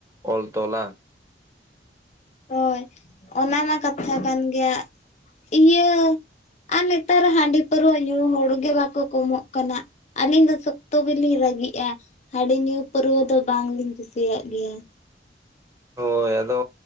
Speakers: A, on the right; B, on the left.
A: ᱚᱞ ᱛᱚᱞᱟ᱾
B: ᱦᱳᱭ, ᱚᱱᱟ ᱢᱟ ᱠᱟᱛᱷᱟ ᱠᱟᱱ ᱜᱮᱭᱟ ᱾ ᱤᱭᱟᱹ ᱟᱨ ᱱᱮᱛᱟᱨ ᱦᱟᱺᱰᱤ ᱯᱟᱹᱨᱩᱹ ᱧᱩ ᱦᱚᱲ ᱜᱮ ᱵᱟᱠᱚ ᱠᱚᱢᱚᱜ ᱠᱟᱱᱟ ᱾ ᱟᱹᱞᱤᱧ ᱫᱚ ᱥᱚᱠᱛᱚ ᱜᱮᱞᱤᱧ ᱨᱟᱹᱜᱤᱜᱼᱟ, ᱦᱟᱺᱰᱤ ᱧᱩ ᱯᱟᱹᱨᱩᱣᱟᱹ ᱫᱚ ᱵᱟᱝᱞᱤᱧ ᱠᱩᱥᱤᱭᱟᱜ ᱜᱮᱭᱟ ᱾
A: ᱦᱳᱭ, ᱟᱫᱚ